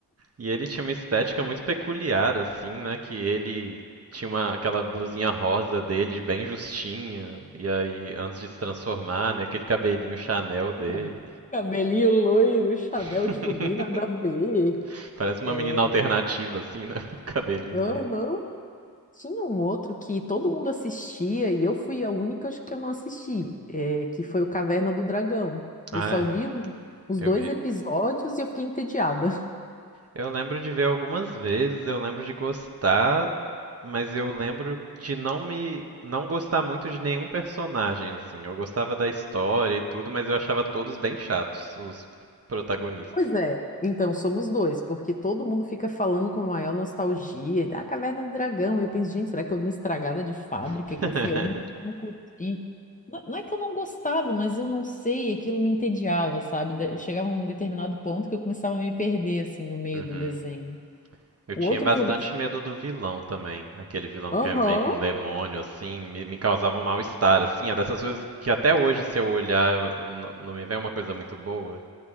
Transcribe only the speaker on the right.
E ele tinha uma estética muito peculiar, assim, né? Que ele tinha uma, aquela blusinha rosa dele, bem justinha, e aí, antes de se transformar, né? Aquele cabelinho Chanel dele.
<laughs>
Parece uma
menina alternativa, assim, né? <laughs> O cabelinho
dele.
Ah,
é.
Eu
vi,
Eu lembro de ver algumas vezes, eu lembro de gostar, mas eu lembro de não me não gostar muito de nenhum personagem assim. Eu gostava da história e tudo, mas eu achava todos bem chatos, os protagonistas.
<laughs>
Uhum.
Eu
tinha
bastante
medo do vilão também, aquele vilão
que é meio que um demônio assim, me, me causava um mal-estar assim, é dessas coisas que até hoje se eu olhar eu- eu n- não me vem uma coisa muito boa.